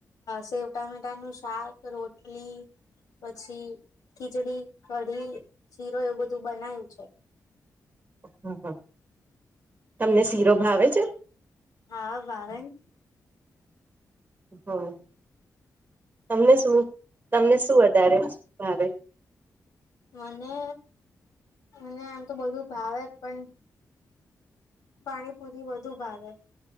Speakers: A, on the left (about 75°); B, on the right (about 30°).
A: સેવ ટામેટા નું શાક રોટલી પછી ખીચડી કઢી શીરો એવું બધું બનાવું છે.
B: હમ હમ. તમને શીરો ભાવે છે.
A: હા ભાવે ને
B: હમ તમને શું તમને શું વધારે ભાવે.
A: મને મને આમ તો બધું ભાવે, પણ પાણીપુરી વધુ ભાવે.